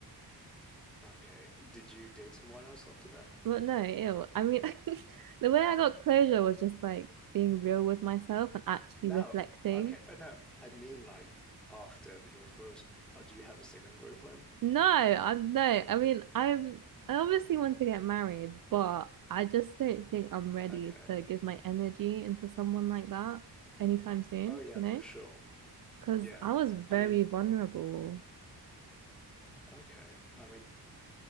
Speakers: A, in the centre; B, on the right (about 55°).
A: okay. Did you date someone else after that?
B: But no, ew. I mean, <laughs> the way I got closure was just like being real with myself and actually
A: No.
B: reflecting.
A: Okay. uh, No, I mean like after the- your first. Uh, do you have a second boyfriend?
B: No, I no. I mean, I'm I obviously want to get married, but I just don't think I'm ready
A: Okay.
B: to give my energy into someone like that anytime soon,
A: Oh yeah,
B: you know?
A: for sure.
B: Because
A: Yeah.
B: I was very
A: I mean,
B: vulnerable.
A: okay. I mean,